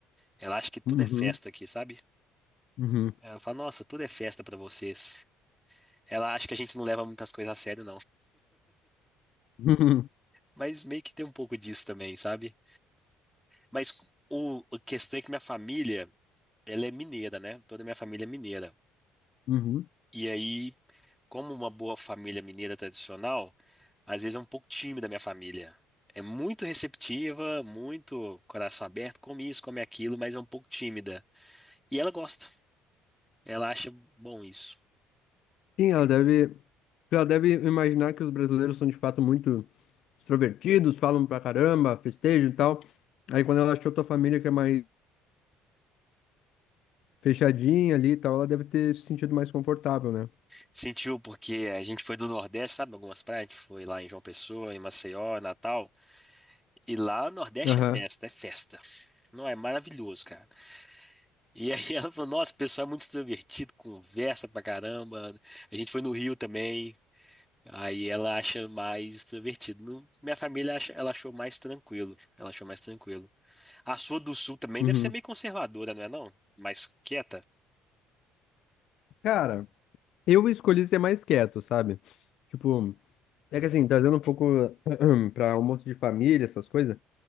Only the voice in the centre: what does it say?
Ela acha que tudo
é festa aqui, sabe?
Ela fala, nossa, tudo é festa pra vocês. Ela acha que a gente não leva muitas coisas a sério,
Mas meio que tem um pouco disso também, sabe? Mas o, a questão é que minha família, ela é mineira, né? Toda minha família é mineira.
E aí, como uma boa família mineira tradicional, às vezes é um pouco tímida a minha família. É muito receptiva, muito coração aberto, come isso, come aquilo, mas é um pouco tímida. E ela gosta. Ela acha bom isso.
Sentiu porque a gente foi do Nordeste, sabe? Algumas praias, a gente foi lá em João Pessoa, em Maceió, Natal. E lá no Nordeste
é festa, é festa. Não, é maravilhoso, cara. E aí ela falou, nossa, o pessoal é muito extrovertido, conversa pra caramba. A gente foi no Rio também. Aí ela acha mais extrovertido. Não- minha família acha- ela achou mais tranquilo. Ela achou mais tranquilo. A sua do Sul também
deve ser meio conservadora, não é não? Mais quieta.